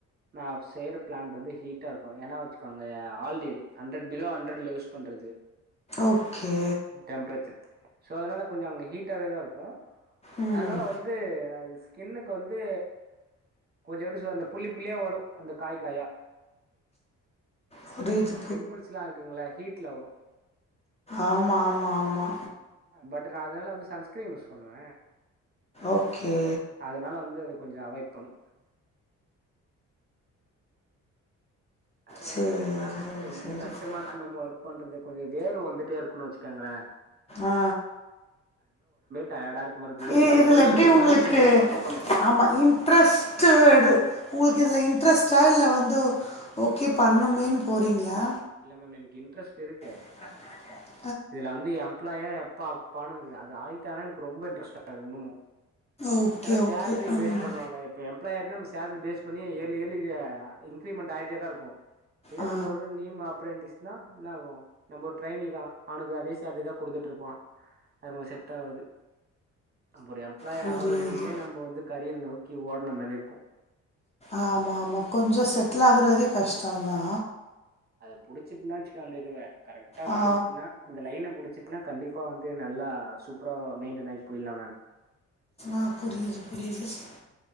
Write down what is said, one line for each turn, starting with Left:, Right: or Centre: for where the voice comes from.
Right: நா செய்யற பிளாண்ட் வந்து ஹீட்டா இருக்கு ஏனா வச்சுக்கோங்க ஆல்டடி ஹண்ட்ரட் பிலோ ஹண்ட்ரட்ல யூஸ் பண்றது
Left: ஓகே
Right: டெம்ப்ரேச்சர் சோ அதனால கொஞ்சம் அங்க ஹீட்டாவே தா இருக்கும்
Left: ம்
Right: அதனால வந்து அது ஸ்கின்னுக்கு வந்து கொஞ்சம் எப்படி சொல்ல உள்ளே வரு அந்த காய் காயா
Left: புரியுது
Right: பிம்பிள்ஸ்ல்லா இருக்குங்கள ஹீட்ல வரு
Left: ஆமா ஆமா ஆமா
Right: பட் நா அதனால வந்து சன்ஸ்கிரீம் யூஸ் பண்ணுவ
Left: ஓகே
Right: அதனால வந்து அத கொஞ்சோ அவாய்ட் பண்ணு அதனால
Left: சரி
Right: கொஞ்சோ
Left: சரி
Right: கஷ்டமா
Left: சரி
Right: இருக்கும் மேம் ஒர்க் பண்றது கொஞ்ச வேர்வ வந்துட்டே இருக்குன்னு வச்சுக்கங்கள
Left: ஆ
Right: டயர்டா இருக்க மாரி இருக்கு ஏ
Left: எ
Right: ஷிப்ட்
Left: இதுல
Right: போயிட்டு
Left: எப்டி
Right: வந்து இன்னமு
Left: ஒங்ளுக்கு
Right: தூங்கவே இல்ல
Left: ஆமா இன்ட்ரெஸ்ட்டடு ஒங்களுக்கு இதுல இன்ட்ரெஸ்டா இல்ல வந்து ஓகே பண்ணுமேன்னு போறீங்களா
Right: இல்ல மேம் என்க் இன்டரெஸ்ட் இருக்கு
Left: இன்ட்ரெஸட் இருக்கு
Right: இதுல வந்து எம்ப்ளாயா எப்ப ஆக்ப்பானுங்கிது அது ஆகிட்டானா எனக்கு ரொம்ப இன்ட்ரெஸ்ட் ஆயிடு இன்னமு
Left: ஓகே
Right: ஏன்னா சேல்ரி
Left: ஓகே ம்
Right: ஃபேஸ் பண்வாங்க இப்போ எம்ப்ளாயாய்ட்டோனா சேல்ரி ஃபேஸ் பண்ணி ஏர்லி ஏர்லி அ இன்கிரிமெண்ட் ஆய்ட்டே தா இருக்கு இத
Left: ஆ
Right: நம்ம ஒரு நீம் அப் அப்ரண்டடிஸ் னா என்ன ஆகு நம்ம ஒரு ட்ரைனி தா அவனுக்கு அதே சேல்ரி தா குடுத்துட்டு இருப்பா அது நமக்கு செட் ஆவாது நம்பொட எம் எம்ப்ளாயா
Left: புரியுது
Right: ஆவுர வரையுமே நம்ம வந்து கரியர நோக்கி ஓடுன மாரி இருக்கு
Left: ஆமா ஆமா கொஞ்சோ செட்டிலாகுர வரயு கஷ்டந்தா
Right: அத புடிச்சிட்னா வச்சுக்கே அந்த இதுவ கரெக்டா
Left: ஆ
Right: புடிச்சிட்னா அந்த லைன புடிச்சுட்னா கண்டிப் இப்ப வந்து நல்லா சூப்பரா மெயின்டென் ஆயி போய்லா மேம்
Left: ஆ புரியிது புரியிது சார்